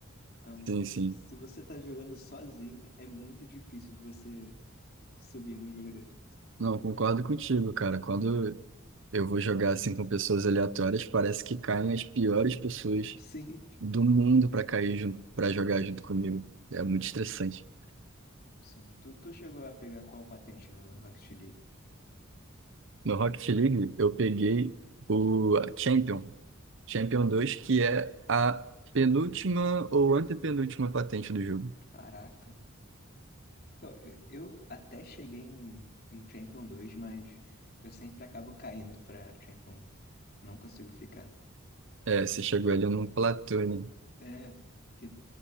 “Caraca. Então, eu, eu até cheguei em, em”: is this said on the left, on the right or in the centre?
Left